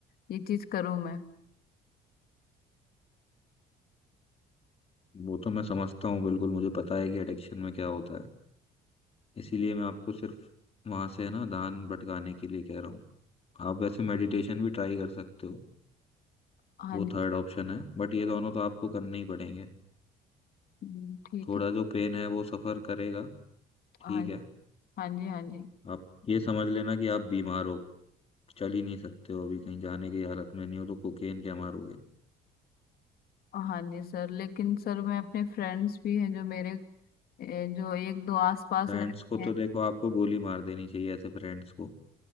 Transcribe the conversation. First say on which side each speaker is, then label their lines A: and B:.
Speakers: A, on the left; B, on the left.
A: ये चीज करूं मैं
B: वो तो मैं समझता हूँ बिल्कुल मुझे पता है कि एडिक्शन में क्या होता है इसीलिए मैं आपको सिर्फ वहां से है ना ध्यान भटकाने के लिए कह रहा हूँ आप वैसे मेडिटेशन भी ट्राई कर सकते हो
A: हाँ
B: वो
A: जी
B: थर्ड ऑप्शन है बट ये दोनों तो आपको करने ही पड़ेंगे
A: हम्म, ठीक
B: थोड़ा
A: है
B: जो पेन है वो सफर करेगा
A: हाँ
B: ठीक है
A: हाँ जी हाँ जी
B: आप ये समझ लेना कि आप बीमार हो चल ही नहीं सकते हो अभी कहीं जाने की हालत में नहीं हो तो कोकेन क्या मारोगे
A: हाँ जी सर लेकिन सर मैं अपने फ्रेंड्स भी हैं जो मेरे ए, जो एक दो आस पास
B: फ्रेंड्स
A: रहते
B: को
A: हैं
B: तो देखो आपको गोली मार देनी चाहिए ऐसे फ्रेंड्स को